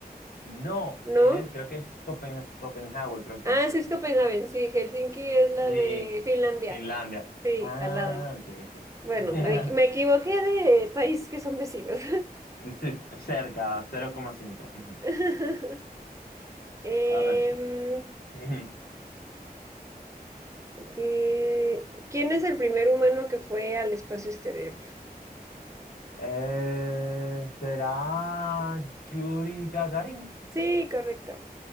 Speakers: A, on the left; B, on the right.
A: No,
B: ¿no?
A: eh, creo que es Copen Copenhague, creo que
B: Ah,
A: es.
B: sí, es Copenhague, sí, Helsinki es la
A: Sí,
B: de Finlandia.
A: Finlandia.
B: Sí,
A: Ah,
B: al lado.
A: ok, ok.
B: Bueno,
A: <laughs>
B: me, equi- me equivoqué de país que son vecinos.
A: Sí, cerca, 0,5. Ujú.
B: <laughs> Em,
A: A ver, tú. Ujú.
B: eh, ¿quién es el primer humano que fue al espacio exterior?
A: Eh, ¿será Yuri Gagarin?
B: Sí, correcto.